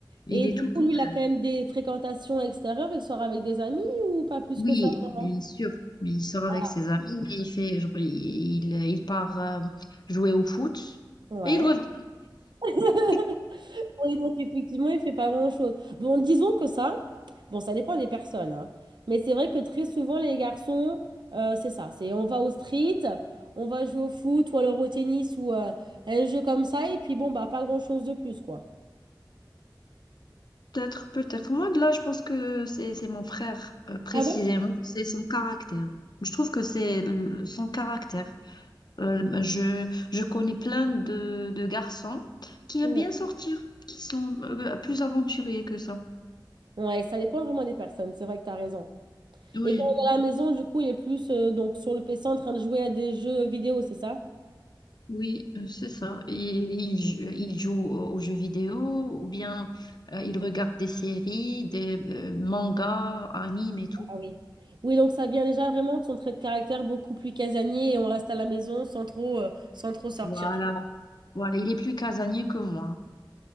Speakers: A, on the left; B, on the right.
A: Il
B: Et
A: est
B: du
A: tout
B: coup,
A: le contraire.
B: lui, il a quand même des fréquentations extérieures. Il sort avec des amis ou pas plus
A: Oui,
B: que ça,
A: bien
B: vraiment?
A: sûr. Il sort avec
B: Ah,
A: ses amis, mais il fait, genre, il, il part euh, jouer au foot
B: ouais.
A: et il revient.
B: <laughs>
A: <laughs>
B: Oui, donc effectivement, il fait pas grand-chose. Bon, disons que ça, bon, ça dépend des personnes, hein. mais c'est vrai que très souvent, les garçons, euh, c'est ça, c'est on va au street, on va jouer au foot ou alors au tennis ou euh, un jeu comme ça, et puis bon, bah, pas grand-chose de plus, quoi.
A: Peut-être, peut-être. Moi, de là, je pense que c'est c'est mon frère, euh, précisément.
B: Ah
A: C'est son caractère. Je trouve que c'est le- son caractère. Euh, je, je connais plein de, de garçons qui
B: ouais?
A: aiment bien sortir, qui sont euh, plus aventuriers que ça.
B: Ouais, ça dépend vraiment des personnes, c'est vrai que tu as raison.
A: Oui.
B: Et quand on est à la maison, du coup, il est plus euh, donc sur le PC en train de jouer à des jeux vidéo, c'est ça?
A: Oui, euh, c'est ça. Ils, ils jou- ils jouent aux aux jeux vidéo ou bien euh, ils regardent des séries, des euh, mangas, animes et tout.
B: Ah oui. Oui, donc ça vient déjà vraiment de son trait de caractère beaucoup plus casanier et on reste à la maison sans trop, euh, sans trop sortir.
A: Voilà. Voilà, il est plus casanier que moi.